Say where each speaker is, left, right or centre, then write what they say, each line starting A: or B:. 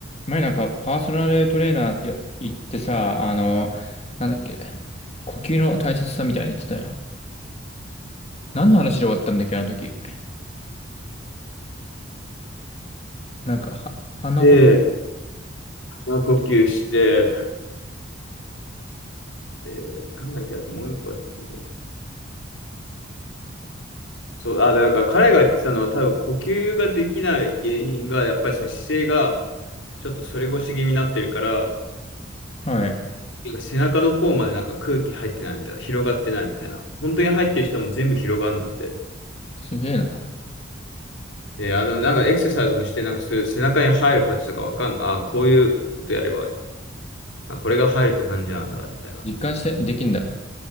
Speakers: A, on the left (about 35°); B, on the left (about 85°).
A: 前なんかパーソナルトレーナーや行ってさ、あの、なんだっけ、呼吸の大切さみたいに言ってたよ。何の話で終わったんだっけ、あの時。なんか、は、鼻こ、
B: で、まあ、呼吸して、で、なんだっけ、あともう一個あったんだよね。そう、あ、で、なんから彼が言ってたのは多分呼吸ができない原因が、やっぱりその姿勢がちょっと反り腰気味になってるから、
A: はい。
B: なんか背中の方までなんか空気入ってないみたいな、広がってないみたいな。本当に入ってる人も全部広がるんだって。
A: すげえな。
B: で、あの、なんかエクササイズもして、なんかそういう背中に入る感じとかわかんない。あ、こういうことやれば、あ、これが入るって感じなんだ、みたいな。
A: 実感して、できんだ。